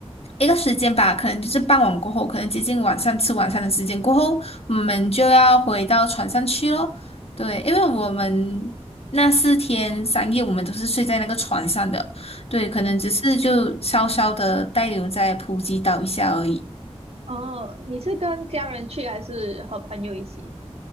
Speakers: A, on the left; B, on the right.
A: 一个时间吧，可能就是傍晚过后，可能接近晚上吃晚餐的时间过后，我们就要回到船上去咯。对，因为我们那四天三夜，我们都是睡在那个船上的，对，可能只是就稍稍的滞留在普吉岛一下而已。
B: 哦，你是跟家人去还是和朋友一起？